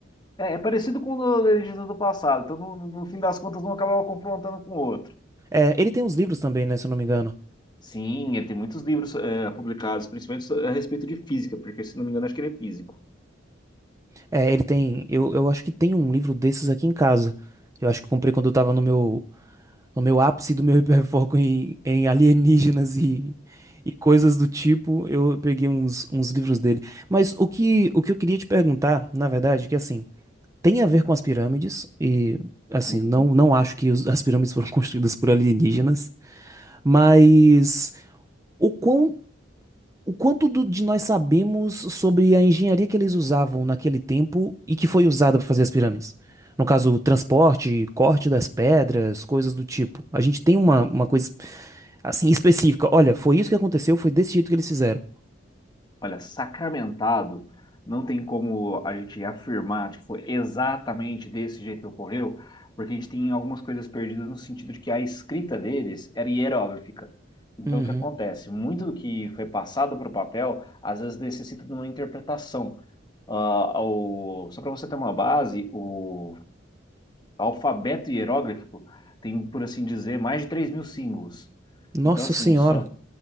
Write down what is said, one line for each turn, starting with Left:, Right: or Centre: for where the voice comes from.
Left: É, é parecido com o do Legenda do Passado. Então, no, no fim das contas, um acabava confrontando com o outro.
Right: É, ele tem uns livros também, né, se eu não me engano.
Left: Sim, ele tem muitos livros é, publicados, principalmente a respeito de física, porque, se não me engano, acho que ele é físico.
Right: É, ele tem, eu, eu acho que tem um livro desses aqui em casa. Eu acho que eu comprei quando eu tava no meu, no meu ápice do meu hiperfoco em, em alienígenas e, e coisas do tipo. Eu peguei uns, uns livros dele. Mas o que, o que eu queria te perguntar, na verdade, é que assim, tem a ver com as pirâmides e assim,
Left: <laughs>
Right: não, não acho que os- as pirâmides foram <laughs> construídas por alienígenas, mas o quão O quanto do- de nós sabemos sobre a engenharia que eles usavam naquele tempo e que foi usada para fazer as pirâmides? No caso, transporte, corte das pedras, coisas do tipo. A gente tem uma, uma coisa assim específica. Olha, foi isso que aconteceu, foi desse jeito que eles fizeram.
Left: Olha, sacramentado, não tem como a gente afirmar, tipo, exatamente desse jeito que ocorreu, porque a gente tem algumas coisas perdidas no sentido de que a escrita deles era hieróglifica. Então,
Right: Uhum.
Left: o que acontece? Muito do que foi passado para o papel, às vezes necessita de uma interpretação. Ah, o- Só para você ter uma base, o alfabeto hieróglifico tem, por assim dizer, mais de 3 mil símbolos.
Right: Nossa
Left: Então, assim,
Right: Senhora.
Left: só